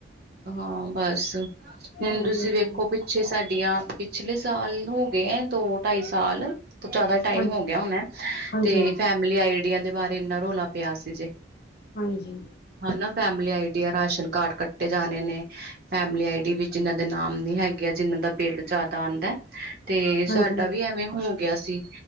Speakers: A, on the right; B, on the left.
A: ਹਾਂ, ਬਸ ਹੁਣ
B: ਹਾਂਜੀ
A: ਤੁਸੀਂ
B: ਹਾਂਜੀ
A: ਵੇਖੋ ਬਈ ਪਿੱਛੇ ਸਾਡੀਆਂ, ਪਿਛਲੇ ਸਾਲ ਹੋ ਗਏ ਐ, ਦੋ-ਢਾਈ ਸਾਲ ਤੋਂ ਜੈਦਾ
B: ਹਾਂ
A: ਟਾਈਮ ਹੋ ਗਿਆ ਹੁਣਾ
B: ਹਾਂਜੀ
A: ਤੇ ਫੈਮਲੀ ਆਈਡੀਆ ਦੇ ਬਾਰੇ ਇਨਾ ਰੋਲਾ ਪਿਆ ਸੀ ਜੇ।
B: ਹਾਂਜੀ।
A: ਹੈਨਾ ਫੈਮਿਲੀ ਆਈਡੀਆ ਰਾਸ਼ਨ ਕਾਰਡ ਕੱਟੇ ਜਾਣੇ ਨੇ ਫੈਮਲੀ ਆਈਡੀ ਵੀਚ ਜਿਨਾਂ ਦੇ ਨਾਮ ਨੀ ਹੈਗੇ ਜਿਨਾ ਦਾ ਬਿੱਲ ਜੈਦਾ ਆਂਦਾ ਤੇ
B: ਹਾਂਜੀ
A: ਸਾਡਾ
B: ਹਾਂਜੀ
A: ਵੀ ਐਵੇਂ ਹੋ ਗਿਆ ਸੀ।